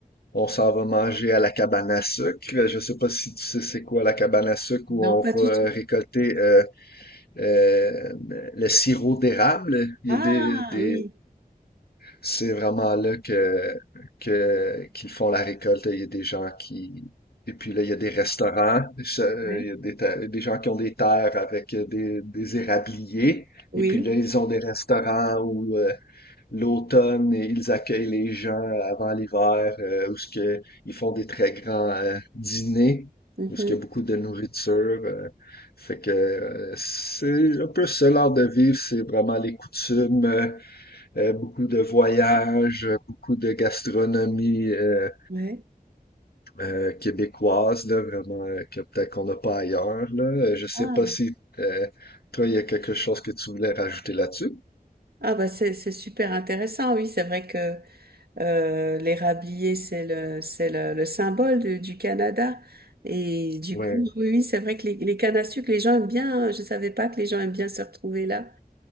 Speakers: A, on the left; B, on the right.
A: on s'en va manger à la cabane à sucre. Je sais pas si tu sais c'est quoi la cabane à sucre où
B: Non,
A: on
B: pas du
A: va
B: tout.
A: récolter euh, euh, le sirop d'érable. Il
B: Ah
A: y a des, des
B: oui,
A: C'est vraiment là que, que, qu'ils font la récolte. Il y a des gens qui, et puis là, il y a des restaurants, ça,
B: ouais.
A: il y a des, ter- des gens qui ont des terres avec des, des érabliers.
B: Oui.
A: Et puis là, ils ont des restaurants où euh, l'automne, ils accueillent les gens avant l'hiver, euh, où ce que, ils font des très grands euh, dîners,
B: mhm,
A: où ce qu'il y a beaucoup de nourriture. euh. fait que euh, c'est un peu ce l'art de vivre, c'est vraiment les coutumes, euh, euh, beaucoup de voyages, euh, beaucoup de gastronomie euh,
B: ouais.
A: euh, québécoise, là, vraiment, euh, que peut-être qu'on n'a pas ailleurs, là. Euh, Je sais
B: Ah.
A: pas si euh, toi, il y a quelque chose que tu voulais rajouter là-dessus.
B: Ah, bah c'est c'est super intéressant, oui. C'est vrai que euh, les râbliers, c'est le, c'est le, le symbole de- du Canada. Et du
A: Ouais.
B: coup, oui, oui, c'est vrai que les, les cannes à sucre, les gens aiment bien, hein. je savais pas que les gens aiment bien se retrouver là